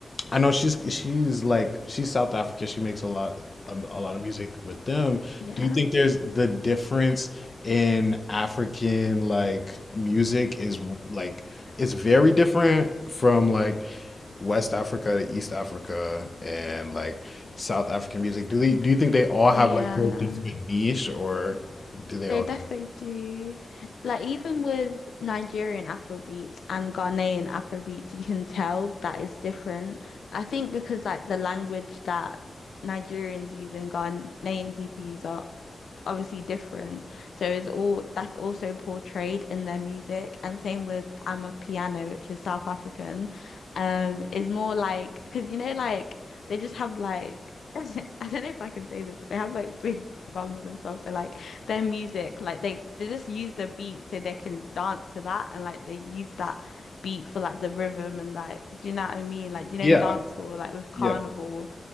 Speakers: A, on the left (about 30°); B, on the left (about 85°).
A: I know she's she's like she's South African. She makes a lot um, a lot of music with them.
B: Yeah.
A: Do you think there's the difference in African like music is like it's very different from like West Africa to East Africa and like South African music? Do they do you think they all
B: Yeah.
A: have like their different niche or do they
B: They
A: all?
B: definitely do. Like even with Nigerian Afrobeats and Ghanaian Afrobeats, you can tell that it's different. I think because like the language that Nigerians use and Ghanaian people use are obviously different. So it's all that's also portrayed in their music. And same with Amapiano, which is South African, um, is more like because you know, like they just have like <laughs> I don't know if I can say this, but they have like big bums and stuff. So like their music, like they they just use the beat so they can dance to that, and like they use that beat for like the rhythm and like do you know what I mean? Like do you
A: Yeah,
B: know dance hall like with carnival
A: yeah.